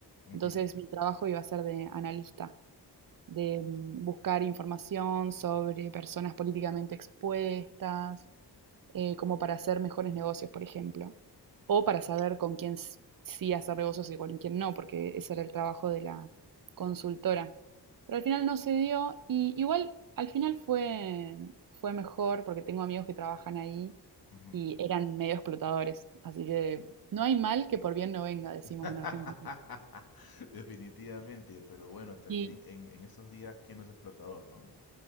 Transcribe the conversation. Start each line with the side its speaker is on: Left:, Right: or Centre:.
Left: ujú.
Right: Entonces mi trabajo iba a ser de analista, de
Left: Uh,
Right: mm, buscar información sobre personas políticamente expuestas, eh, como para hacer mejores negocios, por ejemplo, o para saber con quién sí hacer negocios y con quién no, porque ese era el trabajo de la consultora. Pero al final no se dio y igual al final fue, fue mejor porque tengo amigos que trabajan ahí
Left: ujú.
Right: y eran medio explotadores, así que no hay mal que por bien no venga, decimos
Left: <laughs>
Right: en Argentina.
Left: Definitivamente, pero bueno, también
Right: Y
Left: en, en estos días, ¿quién no es explotador, no?